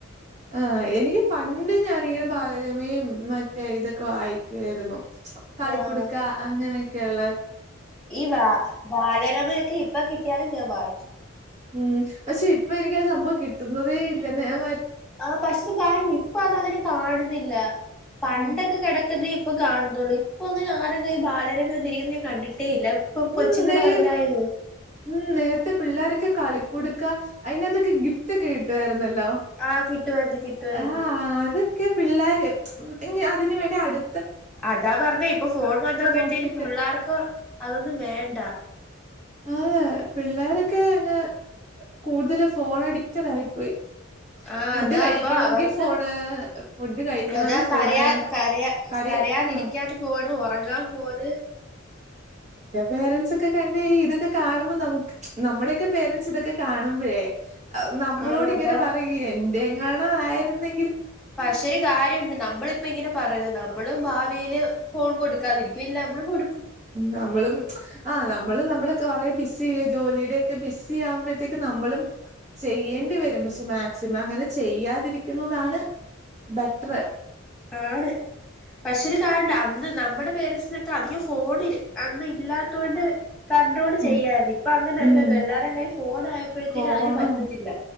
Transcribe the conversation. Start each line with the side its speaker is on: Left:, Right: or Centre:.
Right: ആഹ് എനിക്ക് പണ്ട് ഞാനിങ്ങനെ ബാലരമയും മറ്റേ ഇതൊക്കെ വായിക്കുവായിരുന്നു കളിക്കുടുക്ക
Centre: ആഹ്
Right: അങ്ങനെയൊക്കെയള്ള
Centre: ഈ വാ ബാലരമയൊക്കെ ഇപ്പ കിട്ടിയാലും ഞാൻ വായിക്കും
Right: ഉം പക്ഷേ ഇപ്പ എനിക്ക് ആ സംഭവം കിട്ടുന്നതേ ഇല്ലന്നേ ഏഹ് വാ
Centre: ആഹ് പക്ഷ ഒരു കാര്യംണ്ട്. ഇപ്പോ അതങ്ങനെ കാണുന്നില്ല. പണ്ടൊക്കെ
Right: ഉം
Centre: കടക്കുന്നി കാണുന്നൊള്ളൂ. ഇപ്പോ അങ്ങനെ ആരും കയ്യില് ബാലരമ ഒന്നും ഇരിക്കുന്നത് ഞാൻ കണ്ടിട്ടേയില്ല. ഇപ്പം
Right: ഉം
Centre: കൊച്ചുങ്ങടെ
Right: നേർ
Centre: കയ്യിലായാലു
Right: ഉം. നേരത്തെ പിള്ളേരൊക്കെ കളിക്കുടുക്ക അതിനകത്തൊക്കെ ഗിഫ്റ്റൊക്കെ കിട്ടുവായിരുന്നല്ലോ.
Centre: ആഹ് കിട്ടുവായിരുന്നു. കിട്ടുവായിരുന്നു.
Right: ആഹ് അതൊക്കെ പിള്ളേര് ഞ്ഞി അതിന് വേണ്ടി അടു
Centre: അതാ പറഞ്ഞേയിപ്പോ ഫോൺ വന്നപ്പഴത്തേനും
Right: നോക്കിട്ട്
Centre: പുള്ളാർക്കതൊന്നും വേണ്ട.
Right: ആഹ്. പിള്ളേരൊക്കെ അങ്ങ് കൂടുതല് ഫോൺ അഡിക്റ്റഡായി പോയി.
Centre: ആഹ്.
Right: ഫുഡ്
Centre: അതാ
Right: കഴിക്കണമെങ്കിൽ
Centre: അപ്പോ അവർക്ക്
Right: ഫോണ് ഫുഡ് കഴിക്കണമെങ്കിൽ
Centre: അതാ
Right: ഫോണ്
Centre: കരയാൻ കരയാ
Right: കരയ
Centre: കരയാതിരിക്കാൻ
Right: ആ
Centre: ഫോണ്. ഒറങ്ങാൻ ഫോണ്.
Right: പേരൻറ്സ് ഒക്കെ കണ്ടുകഴിയും. ഇതൊക്കെ കാണുമ്പോൾ നമുക്ക് നമ്മുടെയൊക്കെ പേരൻറ്സിതൊക്കെ കാണുമ്പളേ ഏഹ് നമ്മളോടിങ്ങനെ
Centre: ആ അതാ
Right: പറയും. എന്റെയെങ്ങാനുമായിരുന്നേ
Centre: പക്ഷേ യൊരുകാര്യമുണ്ട് നമ്മള് ഇപ്പമിങ്ങനെ പറയുന്നു. നമ്മളും ഭാവിയില് ഫോൺ കൊടുക്കാതിരിക്കും, ഇല്ല നമ്മളു കൊടുക്കും
Right: നമ്മളും ആ നമ്മള്, നമ്മള് കൊറെ ബിസ്സി ചെയ്തു ജോലിയുടെയൊക്കെ ബിസ്സിയാകുമ്പോളത്തേക്കും നമ്മളും ചെയ്യേണ്ടി വരും. പക്ഷേ മാക്സിമമങ്ങനെ ചെയ്യാതിരിക്കുന്നതാണ് ബെറ്ററ്
Centre: ആണ്, പക്ഷേയൊരു കാര്യമുണ്ട് അന്ന് നമ്മുടെ പേരൻസ് അധികം ഫോണ് അന്ന് ല്ലാത്തതുകൊണ്ട് കൺട്രോൾചെയ്യുവായിരുന്നു.
Right: ഉം
Centre: ഇപ്പൊ അങ്ങനെയല്ലല്ലോ,
Right: ഉം
Centre: എല്ലാ വരുടെ കൈയിൽ ഫോണായപ്പോളത്തേനും
Right: ഫോണ്
Centre: അതിനുപറ്റത്തില്ല